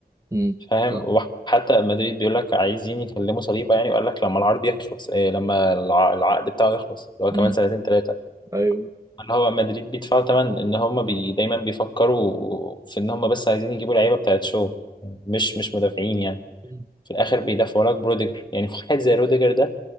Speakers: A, on the right; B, on the left.
A: امم
B: فاهم
A: صح
B: وحتى مدريد بيقول لك عايزين يكلموا صليبه يعني وقال لك لما العرض يخلص إيه لما الع- العقد بتاعه يخلص اللي هو كمان
A: امم
B: سنتين ثلاثه
A: ايوه
B: اللي هو مدريد بيدفعوا ثمن ان هم بي دايما بيفكروا في ان هم بس عايزين يجيبوا لعيبه بتاعت شو مش مش مدافعين يعني
A: مم.
B: في الاخر بيدافعوا لك بروديجر يعني واحد زي روديجر ده